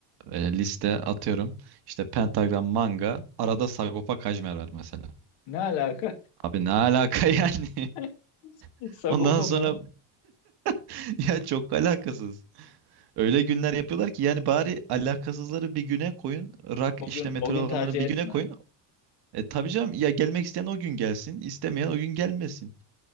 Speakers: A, on the right; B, on the left.
A: e, liste atıyorum. İşte Pentagram Manga. Arada Sagopa Kajmer var mesela.
B: Ne alaka?
A: Abi ne alaka yani?
B: <laughs>
A: <laughs>
B: Sagopa
A: Ondan sonra
B: mı?
A: <laughs> ya çok alakasız. Öyle günler yapıyorlar ki yani bari alakasızları bir güne koyun. rak
B: O
A: işte
B: gün
A: metal
B: o gün
A: olanları
B: tercih
A: bir
B: etme.
A: güne koyun. E tabii canım ya gelmek isteyen o gün gelsin, istemeyen o gün gelmesin.